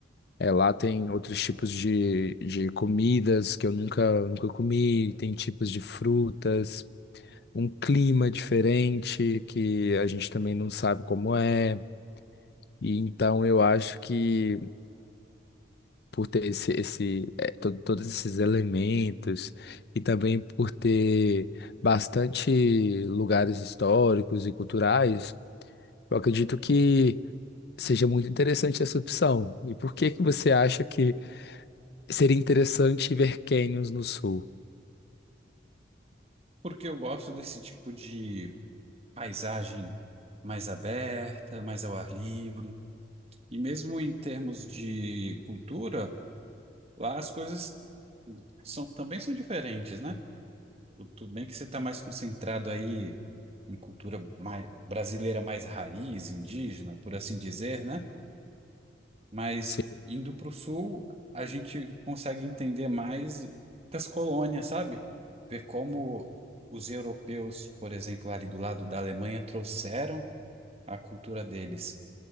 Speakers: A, on the left (about 55°); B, on the right (about 30°).
A: É, lá tem outros tipos de, de comidas que eu nunca, nunca comi, tem tipos de frutas, um clima diferente que a gente também não sabe como é. E então eu acho que por ter esse, esse, eh, to- todos esses elementos e também por ter bastante lugares históricos e culturais, eu acredito que seja muito interessante essa opção. E por que que você acha que Seria interessante ver canyons no sul.
B: Porque eu gosto desse tipo de paisagem mais aberta, mais ao ar livre. E mesmo em termos de cultura, lá as coisas são, também são diferentes, né? Tu- Tudo bem que você está mais concentrado aí em cultura mais, brasileira mais raiz, indígena, por assim dizer, né? Mas
A: Sim,
B: indo para o sul, a gente consegue entender mais das colônias, sabe? Ver como os europeus, por exemplo, ali do lado da Alemanha, trouxeram a cultura deles